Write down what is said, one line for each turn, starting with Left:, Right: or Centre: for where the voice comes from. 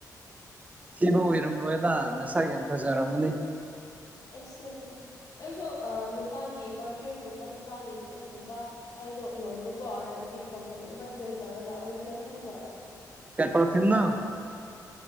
Right: ꯁꯤꯕ ꯑꯣꯏꯔꯝꯔꯣꯏꯗ ꯅꯁꯥꯒꯤ ꯌꯥꯝ ꯐꯖꯔꯝꯃꯅꯤ
Left: ꯑꯩꯁꯨ ꯅꯠꯇꯦ ꯑꯩꯁꯨ ꯅꯨꯄꯥꯒꯤ ꯄꯔꯐ꯭ꯌꯨꯝꯒꯨꯝꯕ ꯅꯨꯄꯥꯒꯤ ꯂꯨꯁꯟꯒꯨꯝꯕ ꯗꯣ ꯌꯣꯟꯕꯀꯣ ꯍꯥꯏꯕꯗꯤ ꯀꯝꯄꯅꯤ ꯑꯃ ꯖꯣꯏꯟ ꯇꯧꯔꯒ ꯑꯣꯔꯤ ꯐꯂꯦꯝ ꯈꯪꯕ꯭ꯔꯣ
Right: ꯀꯦꯄ꯭ꯔꯣꯁꯤꯅ